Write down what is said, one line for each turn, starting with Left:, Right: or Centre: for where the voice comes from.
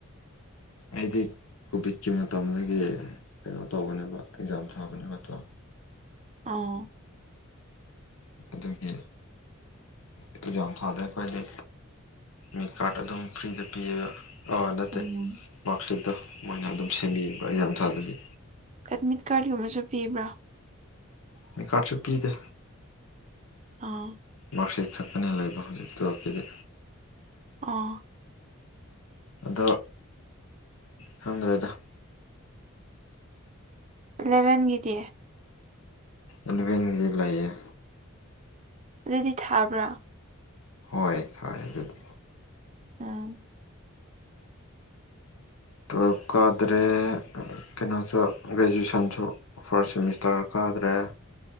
Left: ꯑꯩꯗꯤ ꯀꯣꯚꯤꯠꯀꯤ ꯃꯇꯝꯗꯒꯤ ꯀꯩꯅꯣ ꯇꯧꯕꯅꯦꯕ ꯑꯦꯛꯖꯥꯝ ꯊꯥꯕꯅꯦꯕ ꯇꯣ
Right: ꯑꯣ
Left: ꯑꯗꯨꯒꯤ ꯑꯦꯛꯖꯥꯝ ꯊꯥꯗꯦ ꯑꯩꯈꯣꯏꯗꯤ ꯃꯤꯠ ꯀꯥꯔꯠ ꯑꯗꯨꯝ ꯐ꯭ꯔꯤꯗ ꯄꯤꯌꯦꯒ ꯑꯣ ꯅꯠꯇꯦ
Right: ꯎꯝ
Left: ꯃꯥꯛꯁꯤꯠꯇꯣ ꯃꯣꯏꯅ ꯑꯗꯨꯝ ꯁꯦꯝꯕꯤꯌꯦꯕ ꯑꯦꯛꯖꯥꯝ ꯊꯥꯗꯕꯤ
Right: ꯑꯦꯠꯃꯤꯠ ꯀꯥꯔꯠꯒꯨꯝꯕꯁꯨ ꯄꯤꯕ꯭ꯔꯥ
Left: ꯃꯤꯀꯥꯔꯠꯁꯨ ꯄꯤꯗꯦ
Right: ꯑꯥ
Left: ꯃꯥꯛꯁꯤꯠ ꯈꯛꯇꯅꯦ ꯂꯩꯕ ꯍꯧꯖꯤꯛ ꯇꯨꯋꯦꯞꯀꯤꯗꯤ
Right: ꯑꯣ
Left: ꯑꯗꯣ ꯈꯪꯗ꯭ꯔꯦꯗ <inaudible>
Right: ꯑꯦꯂꯚꯦꯟꯒꯤꯗꯤ
Left: ꯏꯂꯚꯦꯟꯒꯤꯗꯤ ꯂꯩꯌꯦ
Right: ꯑꯗꯨꯗꯤ ꯊꯥꯕ꯭ꯔꯥ
Left: ꯍꯣꯏ ꯊꯥꯏ ꯑꯗꯨꯗꯤ
Right: ꯎꯝ
Left: ꯇꯨꯋꯦꯜꯐ ꯀꯥꯗ꯭ꯔꯦ ꯀꯩꯅꯣꯁꯨ ꯒ꯭ꯔꯦꯖꯨꯏꯁꯟꯁꯨ ꯐꯥꯔꯁ ꯁꯦꯃꯤꯁꯇꯔ ꯀꯥꯗ꯭ꯔꯦ